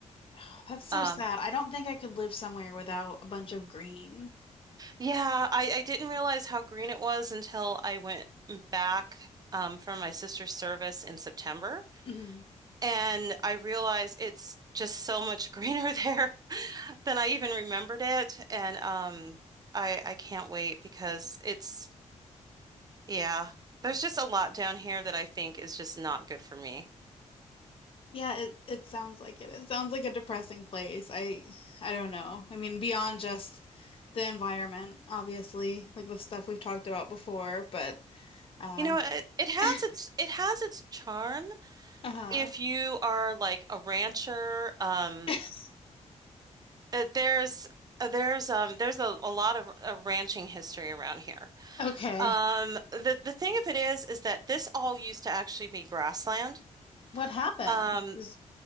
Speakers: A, on the left (about 45°); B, on the right (about 30°).
A: <sighs> that's so
B: Um
A: sad. I don't think I could live somewhere without a bunch of green.
B: yeah, I I didn't realize how green it was until I went back um for my sister's service in September,
A: Mhm.
B: and I realized it's just so much greener <laughs> there than I even remembered it, and um I I can't wait because it's yeah, there's just a lot down here that I think is just not good for me.
A: Yeah, it it sounds like it. It sounds like a depressing place. I I don't know. I mean, beyond just the environment, obviously, like with stuff we've talked about before, but um
B: You know, it, it has
A: <laughs>
B: its it has its charm
A: uh
B: if you are like a rancher, um,
A: <laughs>
B: uh, there's uh, there's um there's a, a lot of uh, ranching history around here.
A: okay.
B: Um, the the thing of it is is that this all used to actually be grassland.
A: What happened?
B: Um,
A: Just